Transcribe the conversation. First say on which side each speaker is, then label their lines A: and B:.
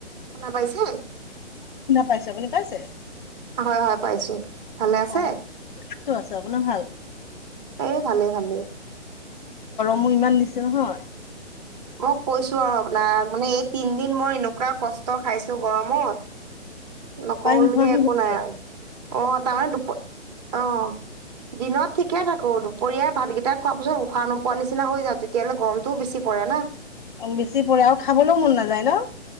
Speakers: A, on the right; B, on the left.
A: শুনা পাইছে।
B: পাইছে আপুনি পাইছে।
A: হয় হয় পাইছো ভালে আছে?
B: অ টো আছে আপোনাৰ ভাল
A: এ ভালেই ভালেই
B: মোৰ ইমান দিছে নহয়
A: মই কৈছো আৰু আপোনাক মানে এই তিনদিন মই এনেকুৱা কষ্ট খাইছো গৰমত নকবলগীয়া
B: উপায় নোহোৱা হৈ
A: একো
B: গৈছে
A: নাই আৰু অ তাৰমানে দুপ অ দিনত ঠিকে থাকোঁ দুপৰীয়া ভাতকেইটা খোৱাৰ পিছত উশাহ নোপোৱা নিচিনা হৈ যা তেতিয়ালে গৰমতোও বেছি পৰে ন।
B: বেছি পৰে আৰু খাবলৈও মন নাযায় ন।